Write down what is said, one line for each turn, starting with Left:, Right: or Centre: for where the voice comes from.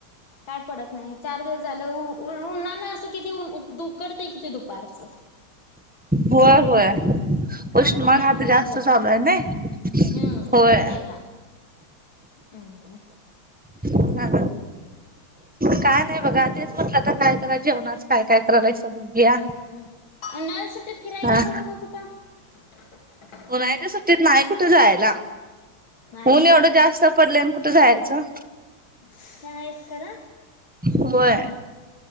Left: काय पडत नाही चार दिवस झालं उन्हाना. कितीन उकडतं किती दुपारच.
Centre: होय होय
Left: घाम
Centre: उष्माघात
Left: जाते अंगाचा
Centre: आता जास्त
Left: केवढा.
Centre: चालू आहे नाही
Left: हम्म
Centre: होय
Left: ते ना हम्म हम्.
Centre: ह काय नाही बघा तेच म्हटलं आता काय तर जेवणाच काय काय करायलायसा बघूया.
Left: हम <unintelligible> ते फिराय
Centre: हा
Left: गेलतासा का कुठं? <inaudible>
Centre: उन्हाळ्याच्या सुट ट्टीत नाही कुठ जायला,
Left: नाही
Centre: ऊन एवढं जास्त पडलंय आणि कुठं जायचं.
Left: ते आहेच खरं
Centre: होय.